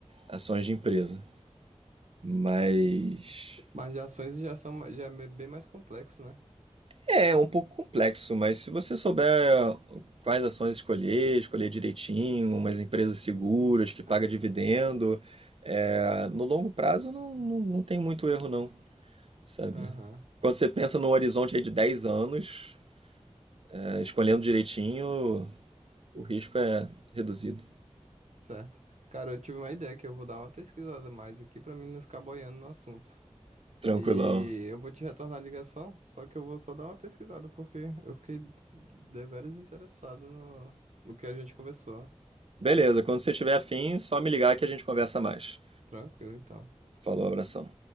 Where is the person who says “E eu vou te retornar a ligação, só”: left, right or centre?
Right